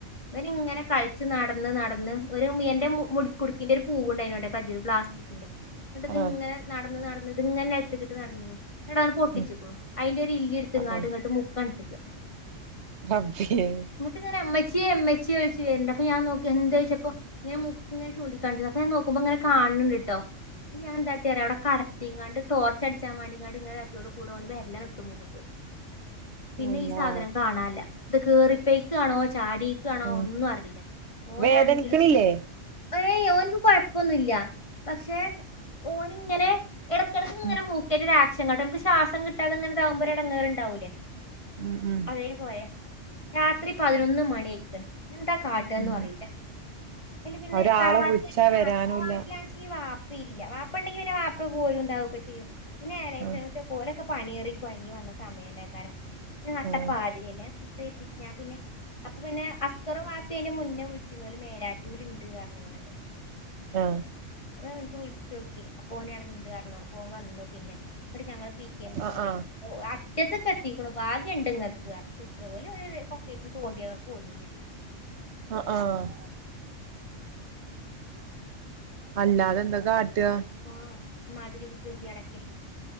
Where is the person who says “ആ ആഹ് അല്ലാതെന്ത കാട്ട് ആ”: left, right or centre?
Right